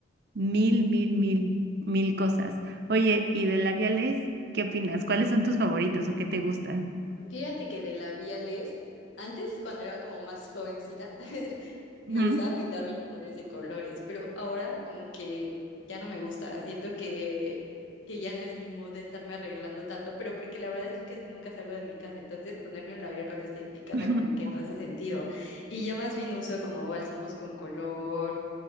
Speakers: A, on the right; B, on the left.
A: mil, mil, mil, mil cosas. Oye, ¿y de labiales? ¿Qué opinas? ¿Cuáles son tus favoritos o qué te gustan?
B: Fíjate que de labiales, antes cuando era como más jovencita, <laughs> me
A: Ujú.
B: gustaba pintarme los labios de colores, pero ahora como que ya no me gusta, siento que, que ya no es mi mood de estarme arreglando tanto, pero porque la verdad es que casi nunca salgo de mi casa, entonces ponerme un labial cuando estoy en mi casa
A: <laughs>
B: como que no hace sentido. Y ya más bien uso como bálsamos con color,